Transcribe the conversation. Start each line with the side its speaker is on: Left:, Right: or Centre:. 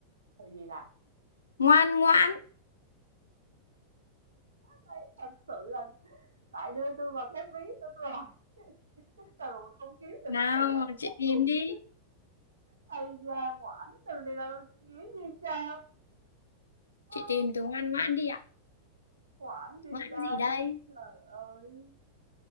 Right: Tại vì là
Left: Ngoan ngoãn.
Right: đấy thật sự là lại đưa tôi vào thế bí nữa rồi. Cái từ mà không kiếm được
Left: Nào,
Right: cái từ nào nó ghép
Left: chị tìm
Right: cùng
Left: đi.
Right: với chứ. Ây da, ngoãn từ này là nghĩa gì trời? À,
Left: Chị tìm từ ngoan ngoãn đi ạ.
Right: ngoãn gì
Left: Ngoãn
Right: đây?
Left: gì đây?
Right: Trời ơi.